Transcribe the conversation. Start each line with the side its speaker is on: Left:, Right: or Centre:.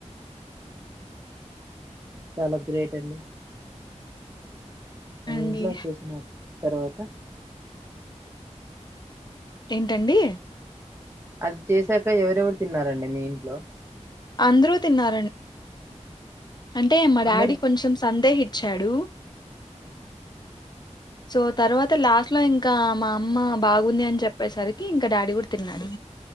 Right: చాలా గ్రేట్ అండి మేము
Left: అండి.
Right: ఇంట్లో చేసిన తర్వాత
Left: ఏంటండి
Right: అది చేసాక ఎవరెవరు తిన్నారండి మీ ఇంట్లో
Left: అందరూ తిన్నారండి అంటే మా
Right: అందరు
Left: డాడీ కొంచెం సందేహిచ్చాడు
Right: హ్మ్
Left: సో తర్వాత లాస్ట్ లో ఇంకా మా అమ్మ బాగుంది అని చెప్పేసరికి ఇంకా డాడీ కూడా తిన్నాడు